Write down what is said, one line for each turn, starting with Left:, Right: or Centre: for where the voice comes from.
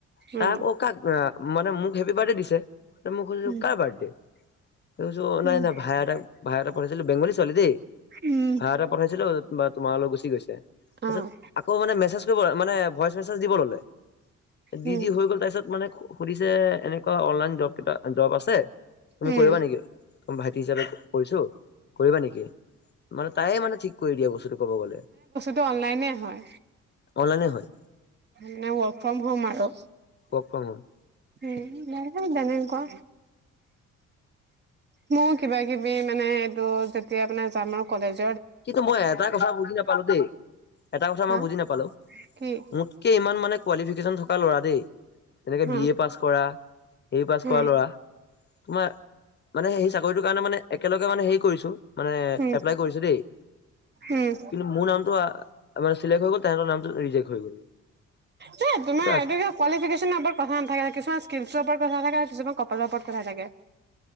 Left: তাই
Right: উম।
Left: আকৌ কাক মানে মোক হেপী বাৰ্থডে দিছে মই খুজিছো
Right: উম।
Left: কাৰ বাৰ্থডে এই
Right: উম,
Left: নাই নাই ভাইক ভাই <unintelligible> পঢ়়িছিল বেঙগলী ছোৱালী দে,
Right: উম,
Left: ভা এটা পঠাইছিলো বা তোমাৰ লগত গুচি গৈছে। তাৰপিছত
Right: অ',
Left: আকৌ মানে মেছেজ কৰিব মানে ভইচ মেচজ দিব ললে দি
Right: উম,
Left: দি হৈ গ'ল তাৰপিছত মানে সুধিছে এনেকুৱা অনলাইন জব কেইটা জব আছে তুমি
Right: উম,
Left: কৰিবা নেকি তোমাৰ ভাইটি হিচাপে কৰিছো <inaudible> কৰিবা নেকি মানে তায়ে মানে থিক কৰি দিয়া বস্তুটো ক'ব গ'লে <inaudible>
Right: টো অনলাইনে হয়।
Left: অনলাইনে হয়।
Right: এনে ৱ'ৰ্ক ফ্ৰ'ম হ'ম আৰু।
Left: ৱ'ৰ্ক ফ্ৰ'ম হ'ম।
Right: উম, <unintelligible> বেলেংকুৱা। মোৰ কিবা-কিবি মানে এইটো যেতিয়া মানে যাম আৰু কলেজ
Left: কিন্তু মই এটা কথা বুজি নাপালোঁ দেই এটা কথা
Right: হা
Left: মই বুজি নাপালোঁ
Right: কি?
Left: মোতকে ইমান মানে কোৱালিফিকেশ্যন থকা ল'ৰা দেই। এনেকে
Right: উম,
Left: বি এ পাছ কৰা, এ পাছ
Right: উম,
Left: কৰা ল'ৰা তোমাৰ মানে সেই চাকৰিটোৰ কাৰণে মানে একেলগ আ, মানে হেৰি কৰিছোঁ। মানে
Right: উম,
Left: এপ্লাই কৰিছোঁ দেই।
Right: উম,
Left: কিন্তু মোৰ নামটো আ আমাৰ চিলেক্ট হৈ গ'ল <unintelligible> নামটো ৰিজেক্ট হৈ গ'ল।
Right: <unintelligible>
Left: সেইটো
Right: কোৱালিফিকেচনৰ ওপৰত কথা নাথাকে, কিছুমান <unintelligible> ওপৰত কথা থাকে, আৰু কিছুমান কপালৰ ওপৰত কথা থাকে।